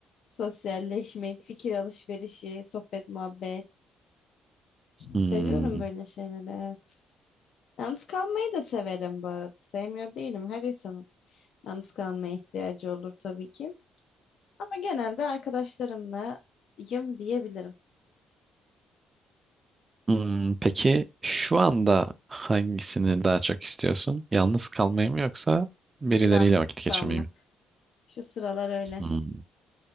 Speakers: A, on the left; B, on the right.
A: Sosyalleşmek, fikir alışverişi, sohbet, muhabbet.
B: Hmm.
A: Seviyorum böyle şeyleri, evet. Yalnız kalmayı da severim bu arada. Sevmiyor değilim. Her insanın yalnız kalmaya ihtiyacı olur tabii ki. Ama genelde arkadaşlarımlayım diyebilirim.
B: Hmm, peki şu anda hangisini daha çok istiyorsun? Yalnız kalmayı mı yoksa birileriyle
A: Yalnız
B: vakit
A: kalmak.
B: geçirmeyi mi?
A: Şu sıralar öyle.
B: Hmm.